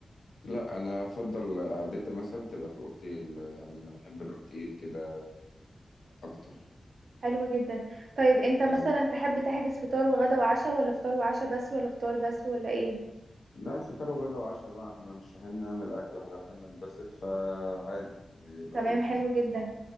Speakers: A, on the left; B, on the right.
A: لا انا افضل قعدتي مثلا تبقى في اوتيل يعني انا بحب الاوتيل كده اكتر
B: حلو جدا طيب انت
A: مم.
B: مثلا تحب تحجز فطار وغدا وعشاء ولا فطار وعشاء بس ولا فطار بس ولا ايه
A: لا فطار وغدا وعشاء بقى احنا مش رايحين نعمل اكل احنا رايحين ننبسط فعادي يبقى
B: تمام
A: هو
B: حلو جدا